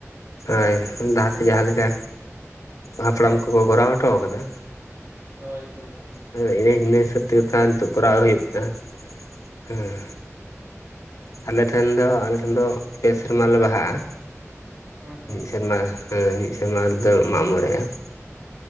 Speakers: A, on the left; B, on the right.
A: ᱦᱳᱭ, ᱞᱟᱦᱟᱛᱮ ᱡᱟᱦᱟᱸ ᱞᱮᱠᱟ ᱦᱟᱯᱲᱟᱢ ᱠᱚᱠᱚ ᱠᱚᱨᱟᱣ ᱦᱚᱴᱚᱣ ᱠᱟᱫᱟ᱾
B: ᱦᱳᱭ ᱦᱳᱭ ᱦᱳᱭ
A: ᱦᱮᱸ ᱤᱱᱟᱹ ᱦᱤᱱᱟᱹ ᱦᱤᱥᱟᱹᱵ ᱛᱮᱜᱮ ᱛᱟᱣ ᱱᱤᱛᱚᱜ ᱠᱚᱨᱟᱣ ᱦᱩᱭᱩᱜ ᱠᱟᱱᱟ᱾ ᱦᱮᱸ᱾ ᱟᱞᱮ ᱴᱷᱮᱱ ᱫᱚ, ᱟᱞᱮ ᱫᱚ ᱯᱮ ᱥᱮᱨᱢᱟ ᱞᱮ ᱵᱟᱦᱟᱜᱼᱟ᱾
B: ᱦᱩᱸ ᱦᱩᱸ
A: ᱦᱮᱸ ᱢᱤᱫ ᱥᱮᱨᱢᱟ ᱦᱮᱸ ᱢᱤᱫ ᱥᱮᱨᱢᱟ ᱨᱮᱫᱚ ᱢᱟᱜ ᱢᱚᱬᱮᱜ-ᱟ᱾ ᱦᱮᱸ